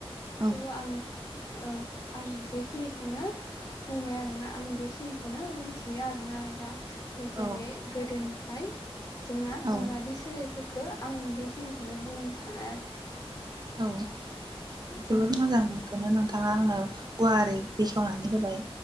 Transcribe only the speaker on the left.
थ' आं औ आं बेखिनिखौनो बुंबाय आरोना आं बेखिनि खौनो मिन्थियो आरोना दा। जेरै
गोदोनिफ्राय जोंना
माबादि सोलाय फोरखो आं बेखिनिखौनो बुंनो सानो आरो।
उम